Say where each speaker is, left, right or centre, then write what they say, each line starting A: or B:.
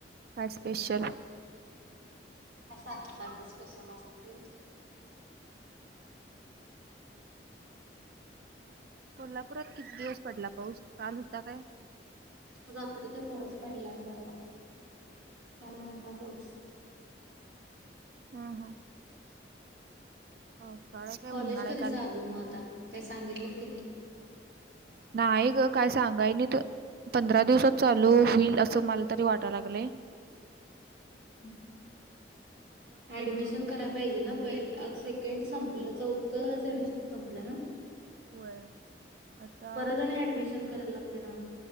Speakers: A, on the right (about 55°); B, on the right (about 70°).
A: काय स्पेशल?
B: काय? सारखं सारखं स्पेशल असते.
A: कोल्हापुरात किती दिवस पडला पाऊस, काल होता काय?
B: रात्री ते थोडाच पडलाय परवा काल नव्हता पाऊस.
A: <unintelligible> पावसाळा आहे काय उन्हाळा
B: कॉलेज कधीच
A: आहे काल?
B: चालू मग आता काय सांगितलंत की नाही?
A: नाही ग, काय सांगाय नाही तर पंधरा दिवसात चालू होईल असं मला तरी वाटाय लागलय.
B: हम्म. ऍडमिशन करायला पाहिजे ना प सेकंड संपलं चौत तनश संपलं ना?
A: होय आता
B: परत आणि अॅडमिशन करायला लागते नव्ह.